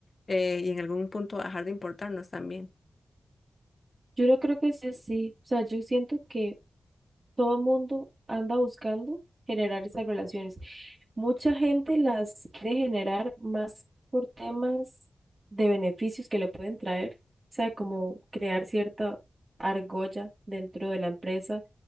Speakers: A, on the left (about 50°); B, on the right (about 40°).
A: Eh, y en algún punto dejar de importarnos también.
B: Yo no creo que sea así. O sea, yo siento que Todo mundo anda buscando generar esas relaciones. Mucha gente las quiere generar más por temas de beneficios que le pueden traer, o sea, como crear cierta argolla dentro de la empresa